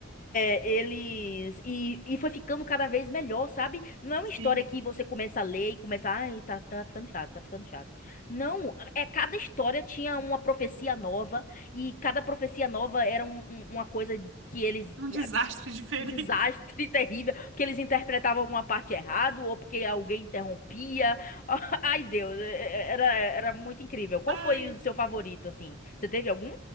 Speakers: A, on the left; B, on the right.
A: é, é, eles. E, e foi ficando cada vez melhor, sabe? Não é uma
B: Sim,
A: história que você começa a ler e começa, ai, tá, tá ficando chato, tá ficando chato. Não, é cada história tinha uma profecia nova, e cada profecia nova era um- um- uma coisa que eles
B: um desastre diferente.
A: um desastre <laughs> terrível, porque eles interpretavam alguma parte errado ou porque alguém interrompia. <laughs> Ai, Deus, é- é- era, era muito incrível. Qual
B: Ai,
A: foi o seu favorito, assim? Você teve algum?